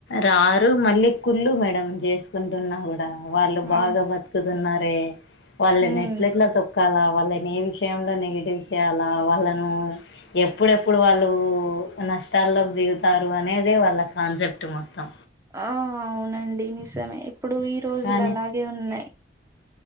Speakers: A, on the left; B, on the right.
A: రారు మళ్ళీ కుళ్ళు మేడం చేసుకుంటున్నా కూడా వాళ్ళు బాగా
B: ఆ
A: బతు కుతున్నారే వాళ్ళని
B: ఉమ్
A: ఎట్ల ఎట్లా తొక్కాలా వాళ్ళని ఏం విషయంలో నెగిటివ్ చెయ్యాలా వాళ్ళను ఎప్పుడెప్పుడు వాళ్ళు నష్టాల్లో దిగుతారు అనేదే వాళ్ళ కాన్సెప్ట్ మొత్తం
B: ఆ అవునండి నిజమే ఇప్పుడు ఈ రోజులు
A: కానీ
B: అలాగే ఉన్నాయ్